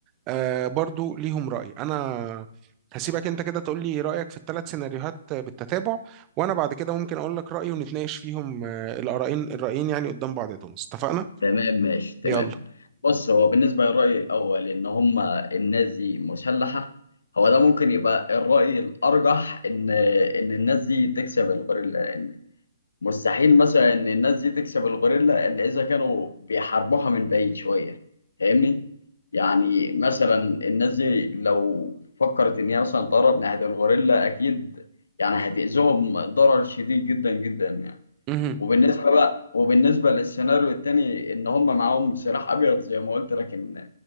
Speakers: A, on the right; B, on the left.
A: آه برضو ليهم راي انا هسيبك انت كده تقول لي رايك في الثلاث سيناريوهات بالتتابع وانا بعد كده ممكن اقول لك رايي ونتناقش فيهم آه، الارائين الرايين يعني قدام بعض يا توماس اتفقنا
B: تمام ماشي تمام
A: يلا
B: بص هو بالنسبة للرأي الأول إن هما الناس دي مسلحة هو ده ممكن يبقى الرأي الأرجح إن إن الناس دي تكسب الغوريلا لأن مستحيل مثلا إن الناس دي تكسب الغوريلا إلا إذا كانوا بيحاربوها من بعيد شوية فاهمني؟ يعني مثلا الناس دي لو فكرت إن هي مثلا تقرب ناحية الغوريلا أكيد يعني هتأذيهم ضرر شديد جدا جدا يعني
A: مهم.
B: وبالنسبة بقى وبالنسبة للسيناريو التاني إن هم معاهم سلاح أبيض زي ما قلت لكن